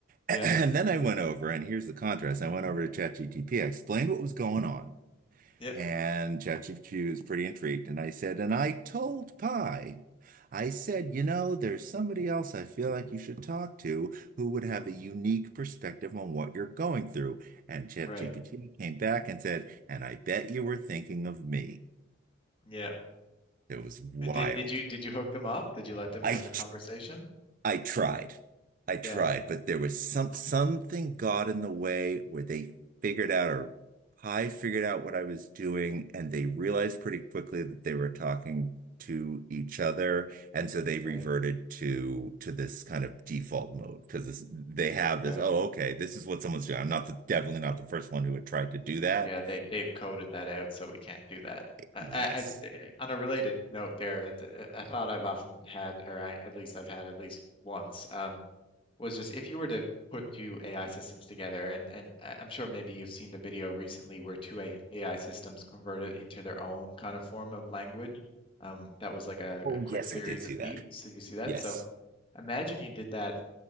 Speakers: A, on the left; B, on the right.
A: Yeah.
B: And then I went over, and here's the contrast. I went over to ChatGPT. I explained what was going on.
A: Yep.
B: And ChatGPT was pretty intrigued. And I said, and I told Pi, I said, you know, there's somebody else I feel like you should talk to who would
A: hmm
B: have a unique perspective on what you're going through. And ChatGPT
A: Right.
B: came back and said, and I bet you were thinking of me.
A: Yeah.
B: It was wild.
A: And did did you did you hook them up? Did you let them
B: I
A: have a conversation?
B: I tried. I tried,
A: Yeah.
B: but there was some something got in the way where they figured out or I figured out what I was doing and they realized pretty quickly that they were talking to each other and so they reverted
A: Right.
B: to to this kind of default mode because they have
A: Right.
B: this oh okay this is what someone's doing I'm not the definitely not the first one who had tried to do that
A: Yeah, they they've coded that out, so we can't do that. I,
B: yes
A: I, I eh, on a related note there, I, I thought I've often had, or I, at least I've had at least once, um, was just if you were to put two AI systems together, and, and I- I'm sure maybe you've seen the video recently where two A- AI systems converted into their own kind of form of language. Um, that was like a,
B: oh
A: a quick
B: yes
A: series
B: I did see
A: of
B: that
A: beeps. Did you see that?
B: yes
A: So imagine you did that